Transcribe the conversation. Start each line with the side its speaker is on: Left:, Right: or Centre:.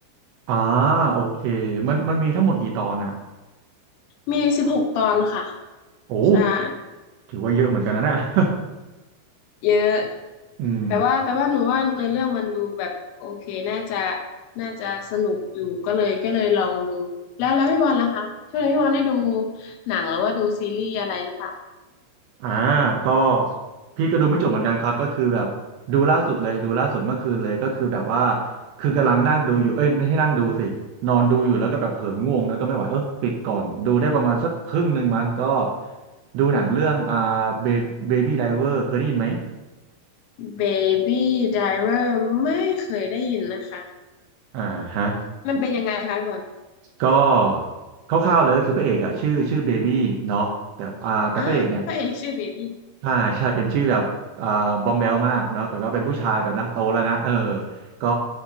Right: อ่าโอเคมันมันมีทั้งหมดกี่ตอนอ่ะ
Left: มีสิบหกตอนค่ะ
Right: โอ้
Left: ใช่
Right: ถือว่าเยอะเหมือนกันนะเนี่ย <laughs>
Left: เยอะ
Right: อืม
Left: แต่ว่าแต่ว่าหนูว่าเนื้อเรื่องมันดูแบบโอเคน่าจะน่าจะสนุกอยู่ก็เลยก็เลยลองดูแล้วแล้วพี่บอลล่ะคะช่วงนี้พี่บอลได้ดูหนังหรือว่าดูซีรีส์อะไรหรือเปล่า
Right: อ่าก็พี่ก็ดูไม่จบเหมือนกันครับก็คือแบบดูล่าสุดเลยดูล่าสุดเมื่อคืนเลยก็คือแบบว่าคือกำลังนั่งดูอยู่เอ้ยไม่ใช่นั่งดูสินอนดูอยู่แล้วก็แบบเผลอง่วงแล้วก็ไม่ไหวเออปิดก่อนดูได้ประมาณสักครึ่งหนึ่งมันก็ดูหนังเรื่องอ่าเบบี้ไดเวอร์เคยได้ยินไหม
Left: Baby Driver ไม่เคยได้ยินนะคะ
Right: อ่าฮะ
Left: มันเป็นยังไงคะพี่บอล
Right: ก็คร่าวๆเลยคือพระเอกอะชื่อชื่อเบบี้เนาะแต่อ่าแต่พระเอกเนี่ย
Left: อ่ะพระเอกชื่อเบบี้
Right: อ่าใช่เป็นชื่อแบบอ่าบองแบลมากเนาะแต่ว่าเป็นผู้ชายแบบนะโตแล้วนะเออก็